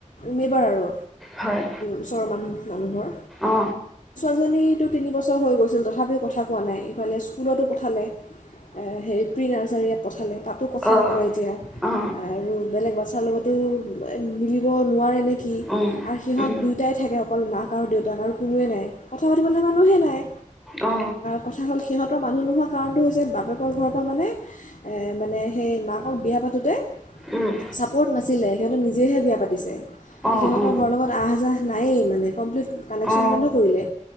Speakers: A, on the left; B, in the centre.
A: নেইবাৰ আৰু।
B: হয়
A: ওচৰৰ মানুহ মানুহৰ
B: অ
A: টো তিনি বছৰ হৈ গৈছিল তথাপিও কথা কোৱা নাই, ইফালে স্কুলটো পঠালে, অ হেৰি প্ৰি নাৰ্চাৰী য়াত পঠালে তাতো কথা
B: অ
A: নকয় এতিয়া
B: অ
A: আৰু বেলেগ তাৰ লগতো মিলিব নোৱাৰে নে কি
B: উম
A: আৰু সিহত
B: উম
A: দুইটাই থাকে অকল মাক আৰু দেউতাক আৰু কোনোৱেই নাই। কথা পাতিবলৈ মানুহে নাই।
B: অ অ
A: কথা হ'ল সিহঁতৰ মানুহ নোহোৱা কাৰণটো হৈছে বাপেকৰ ঘৰৰ পৰা মানে মানে সেই মাকক বিয়া পাতোতে
B: উম
A: চাপৰ্ট নাছিলে সিহঁতে নি জেহে বিয়া পাতিছে
B: অ
A: সিহঁতৰ
B: অ
A: ঘৰৰ লগত আহ যাহ নাইয়ে মানে কমপ্লিট কানেকশ্যন
B: অ
A: বন্ধ কৰিলে